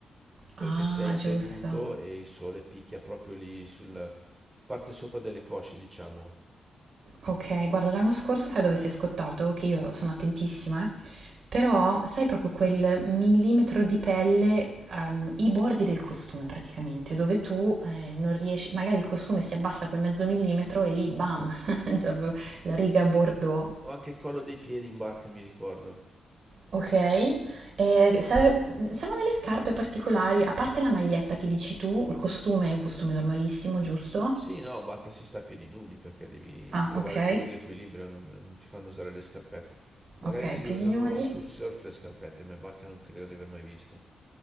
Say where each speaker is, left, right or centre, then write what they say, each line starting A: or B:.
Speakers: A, on the right; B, on the right.
A: perché
B: Ah,
A: sei seduto
B: giusto.
A: e il sole picchia proprio lì sulla parte sopra delle cosce, diciamo.
B: Okay, guarda l'anno scorso sai dove si è scottato? Che io sono attentissima, eh, però sai proprio quel millimetro di pelle, ehm, i bordi del costume praticamente, dove tu eh, non riesci, magari il costume si abbassa quel mezzo millimetro e lì bam, <laughs> cioè proprio la riga bordeaux.
A: O anche il collo dei piedi in barca, mi ricordo.
B: Ok, e serve- servono delle scarpe particolari, a parte la maglietta che dici tu, il costume è un costume normalissimo, giusto?
A: Sì, no, bacca si sta a piedi nudi perché devi
B: Ah,
A: trovare
B: ok,
A: il tuo l'equilibrio, non, non ti fanno usare le scarpette. Magari
B: ok,
A: si
B: più
A: usano
B: di nudi.
A: sul surf le scarpette, ma in barca non credo di aver mai visto.